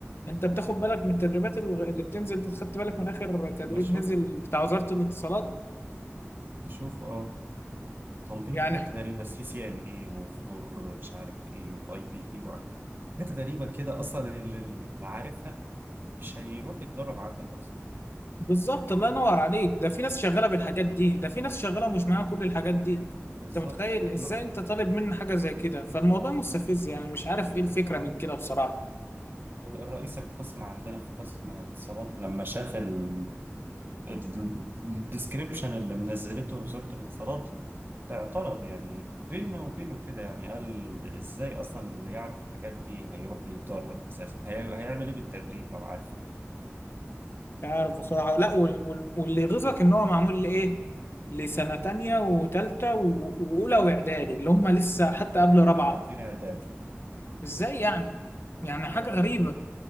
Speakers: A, on the left (about 55°); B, on the right (about 45°).
A: انت بتاخد بالك من التدريبات الل- اللي بتنزل دي خدت بالك من اخر تدريب
B: بشوف
A: نزل بتاع وزارة الاتصالات
B: بشوف اه طالبين
A: يعني
B: حاجات غريبه سي سي ان اي وفور مش عارف ايه واي بي بي حاجات غريبه كده اصلا اللي اللي عارفها مش هيروح يتدرب عندك اصلا
A: بالظبط الله ينور عليك ده في ناس شغالة بالحاجات دي ده في ناس شغالة ومش معاها كل الحاجات دي
B: بالظبط
A: انت متخيل
B: احنا
A: ازاي انت طالب مني حاجة زي كده فالموضوع مستفز يعني مش عارف ايه الفكرة
B: جدا
A: من كده بصراحة
B: الرئيس القسم عندنا في قسم الاتصالات لما شاف ال- ال- الديسكريبشن اللي منزلته وزارة الاتصالات اعترض يعني بيننا وبينه كده يعني قال ازاي اصلا اللي يعرف الحاجات دي هيروح يتدرب اساسا هي- هيعمل ايه بالتدريب لو عارف
A: مش عارف بصراحة لا وال- وال- واللي يغيظك ان هو معمول لإيه لسنة تانية وتالتة و- وأولى وإعدادي اللي هم
B: قلت
A: لسه
B: كان
A: حتى
B: تخيل
A: قبل رابعة
B: كانوا عايزين اعداد
A: إزاي يعني يعني حاجة غريبة